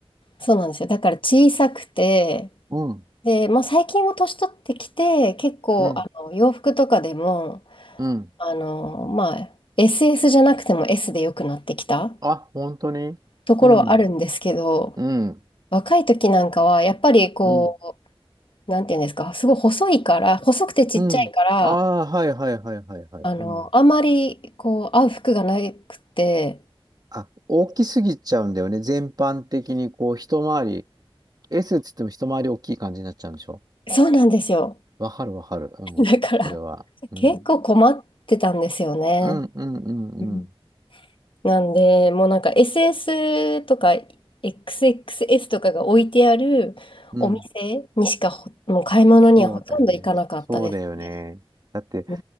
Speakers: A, on the left (about 60°); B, on the right (about 45°).
A: そうなんですよ。だから小さくて、
B: うん、
A: で、まあ、最近も年取ってきて、結構、
B: うん、
A: あの、洋服とかでも、
B: うん。
A: あのーまあ、SS じゃなくても S で良くなってきた
B: あ、本当にうん、
A: ところはあるんですけど、
B: うん、
A: 若い時なんかは、やっぱりこ
B: うん、
A: う、なんていうんですか、すごい細いから、細くてちっちゃいから、
B: うん。ああ、はいはいはいはいはい。
A: あの、
B: うん。
A: あまりこう合う服がなくて、
B: あ、大きすぎちゃうんだよね。全般的にこう、一回り、S っつっても一回り大きい感じになっちゃうんでしょ
A: そうなんですよ。
B: わかるわかる。うん、
A: <laughs> だから
B: それは。うん、
A: 結構困ってたんですよね。
B: うん、うん、うん、
A: うん
B: うん。
A: なんで、もうなんか SS とか XXS とかが置いてあるお店にしかほ、
B: うん、
A: もう買い物にはほとんど行かなかったですね。
B: そうだよね。そうだよね。だって、
A: う